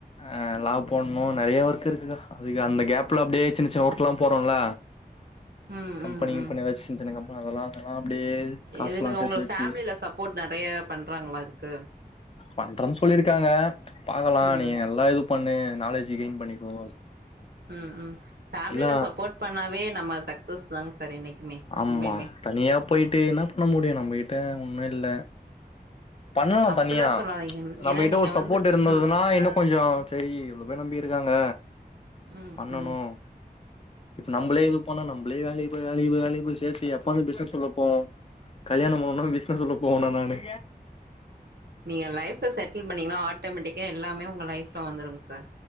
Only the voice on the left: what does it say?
அ லா போட்ணு நறைய ஒர்க் இருக்குக்கா அதுக்கு அந்த கேப்ல அப்டியே சின்ன சின்ன ஒர்க் எல்லாம் போறோல
கம்பெனி
கிம்பெனி
ஏதாச்சி சின் சின்ன கம்பெனி அதெல்லா அப்டியே காசுல்லா
சேத்து
வச்சி
பண்றன் சொல்லியிருக்காங்க பாக்கலா
நீங்க நல்லா இது பண்ணு நாலேஜ் கெயின் பண்ணிக்கோ
இல்ல
ஆம்மா
தனியா போயிட்டு என்ன பண்ண முடியு நம்பகிட்ட ஒன்னு இல்ல பண்ணலாம்
தனியா
நம்மகிட்ட
ஒரு சப்போர்ட்
இருந்ததுன்னா
இன்னு கொஞ்சோ சரி எவ்வளவு பேர் நம்பி இருக்காங்க
பண்ணணு
இப்ப நம்ளே இது பண்ணு நம்மளே வேலைக்கு போயி வேலைக்கு போய் வேலைக்கு போய் சேத்தி எப்பங்க பிசினஸ்குள்ள போவோ கல்யாணோ பண்ணணூ பிசினஸ்குள்ள போகணூ நானு